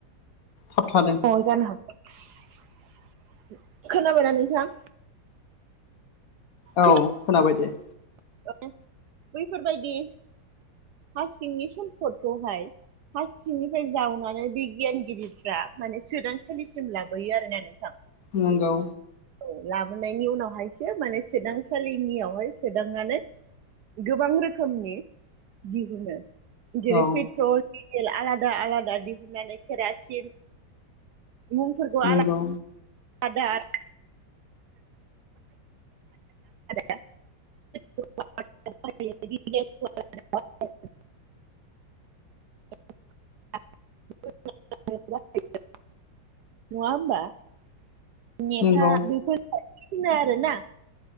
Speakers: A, on the left; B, on the right.
A: थाब थादों
B: अ जानो हागोन खोनाबायना नोंथां
A: औ
B: खोना
A: खोनाबाय दे
B: <unintelligible> बैफोरबायदि हासिंनि सम्फदखौहाय हारसिंनिफ्राय जावनानै बैगियानगिरिफ्रा माने सोदांसालिसिम लाबोयो आरोना नोंथां
A: नंगौ
B: औ लाबोनायनि उनावहायसो माने सोदांसालिनियावहाय सोदांनानै गोबां रोखोमनि दिहुनो जेरै
A: औ
B: पेट्रल डिजेल आलादा-आलादा दिहुननानै केरासिन मुंफोरखौ आला
A: नंगौ
B: दा <unintelligible> <unintelligible> <inaudible> <unintelligible> नङा होमबा नेथा
A: नंगौ
B: बेफोरखौनो बुङो आरोना